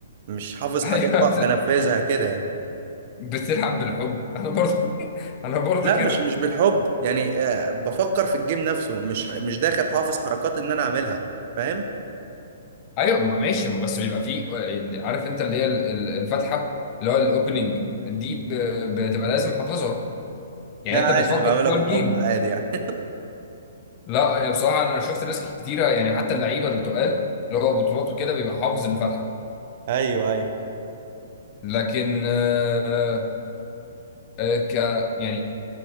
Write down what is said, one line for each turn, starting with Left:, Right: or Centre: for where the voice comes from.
Right: مش حافظ
Left: <laughs> ايوه
Right: حاجات بقى بنفذها كده يعني
Left: بتلعب بالحب انا برضه <laughs> انا برضه
Right: لا
Left: كده
Right: مش مش بالحب يعني آه، بفكر في الجيم نفسه مش مش داخل حافظ حركات ان انا اعملها فاهم
Left: ايوه ما- ماشي بس بيبقى فيه آه، عارف انت اللي هي ال- ال- الفاتحه اللي هو الاوبننج دي ب- بتبقى لازم حافظها يعني
Right: لا
Left: انت بتفكر
Right: عادي انا بعملها
Left: جوه
Right: بالحب
Left: الجيم
Right: عادي يعني
Left: لا يعني بصراحه انا شفت ناس كتيره يعني حتى اللعيبه اللي تقال اللي هو بطولاته كده بيبقى حافظ الفاتحه
Right: <laughs> ايوه ايوه
Left: لكن آه، آه، ك يعني